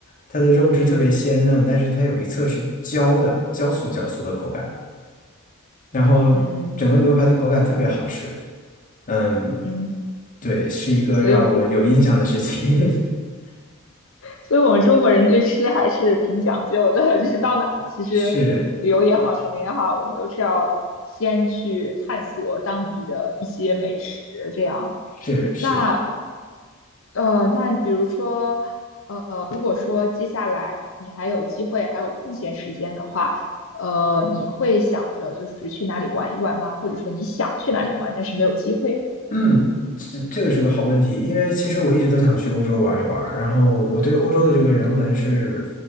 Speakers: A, on the left; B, on the left.
A: 它的肉质特别鲜嫩，但是它有一侧是焦的，焦酥焦酥的口感。然后整个牛排的口感特别好吃，
B: 嗯
A: 嗯，
B: 嗯，
A: 对，是一个让我有印象的事情，
B: 所以我
A: <laughs>
B: 所以我们中国人对吃还是挺讲究的，就是到哪儿，其实旅游也好，
A: 是
B: 什么也好，我们都是要先去探索当地的一些美食，这样。
A: 是是。
B: 那呃，那比如说，呃，如果说接下来你还有机会，还有空闲时间的话，呃，你会想着就是去哪里玩一玩吗？或者说你想去哪里玩，但是没有机会？
A: 嗯，这这个是个好问题，因为其实我一直都想去欧洲玩一玩，然后我对欧洲的这个人文是